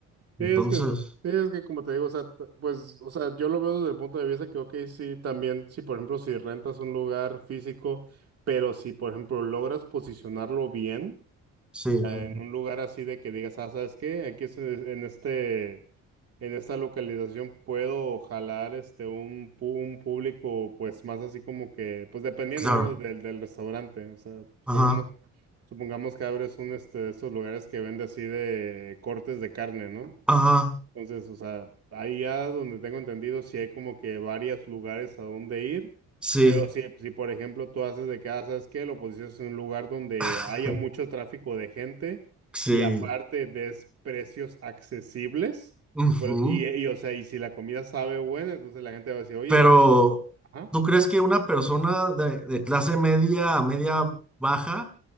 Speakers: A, on the right (about 55°); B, in the centre.
A: Sí,
B: Entonces,
A: es que, sí, es que como te digo, o sea, t- pues, o sea, yo lo veo desde el punto de vista que, ok, sí, también, si por ejemplo, si rentas un lugar físico, pero si por ejemplo logras posicionarlo bien.
B: sí,
A: sea, en un lugar así de que digas, ah, ¿sabes qué? Aquí es eh, en este, en esta localización puedo jalar este un, pu- un público, pues más así como que, pues dependiendo,
B: claro.
A: ¿no? Del, del restaurante. O sea, supongamos,
B: Ajá,
A: supongamos que abres un este de estos lugares que vende así de cortes de carne, ¿no?
B: ajá,
A: Entonces, o sea, ahí ya donde tengo entendido, sí hay como que varios lugares a donde ir,
B: sí,
A: pero si, si por ejemplo tú haces de casa, ¿sabes qué? Lo posicionas en un lugar donde
B: <laughs>
A: haya mucho tráfico de gente
B: sí.
A: y aparte des precios accesibles,
B: ujú.
A: pues, y, y, o sea, y si la comida sabe buena, entonces la gente va a decir, oye,
B: Pero,
A: pues, ajá,
B: ¿tú crees que una persona de, de clase media a media baja